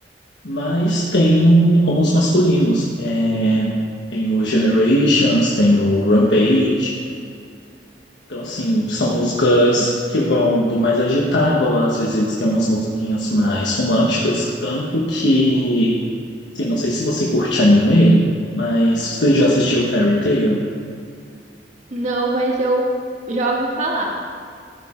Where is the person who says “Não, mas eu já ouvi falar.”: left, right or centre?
Right